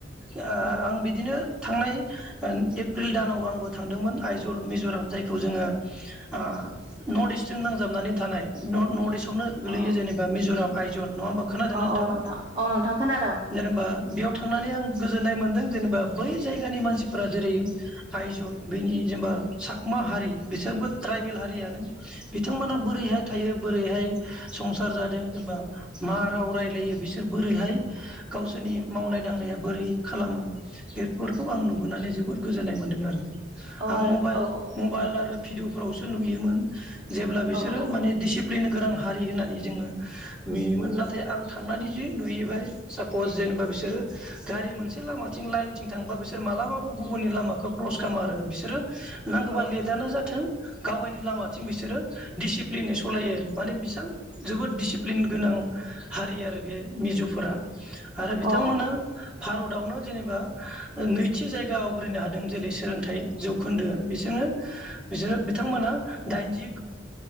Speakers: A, in the centre; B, on the right.
A: आं
B: औ
A: बिदिनो थांनाय एप्रिल दानाव आंबो थांदोंमोन आइजल मिज'राम जायखौ जोङो ओ नर्थ इस्टजों नांजाबनानै थानाय नर्थ इस्ट यावनो गोलैयो
B: औ
A: जेनेबा मिज'राम। आइजल नङा होमबा खोनादोंना
B: औ
A: नोंथांङा
B: औ नोंथां औ नोंथां खोनादों
A: जेनेबा बेयाव थांनानै आं गोजोननाय मोन्दों जेनेबा बै जायगानि मानसिफोरा जेरै आइजल बेनि जेनबा सकमा हारि बिसोरबो ट्राइबेल हारियानो बिथांमोना बोरैहाय थायो बोरैहाय संसार जादों जेनेबा मा राव रायलायो बिसोर बोरैहाय गावसोरनि मावनाय दांनाया बोरै खालामो बेफोरखौ आं नुबोनानै जोबोद गोजोननाय मोन्दों आरो
B: औ
A: आं
B: आरो
A: मबाइल
B: औ औ
A: मबाइल आरो भिडअफ्रावसो नुयोमोन। जेब्ला बिसोरो
B: औ औ
A: माने दिसि प्लेन गोनां हारि होननानै जोंङो नुयोमोन नाथाय आं थांनानै जि नुहैयबाय सापस जेनेबा बि सोरो गारि मोनसे लामाथिं लाइनथिं थांबा बिसोर मालाबाबो गुबुननि लामाखौ क्लस खालामा आरो बिसोरो नांगौबा
B: अ
A: लेटआनो जाथों गावगायनि लामाथिं बिसोरो दिसिप्लिनै सलायो आरो माने बेसां जोबोद दिसिप्लिन गोनां हारि आरो बे मिज'फोरा बिथांमोना
B: अ औ
A: भारतआवनो जेनेबा नैथि जायगा आवग्रिनो हादों जेरै सोलोंथाइ जौखोन्दोआ बिसोरनो बिसोरो बिथांमोना दाइनजि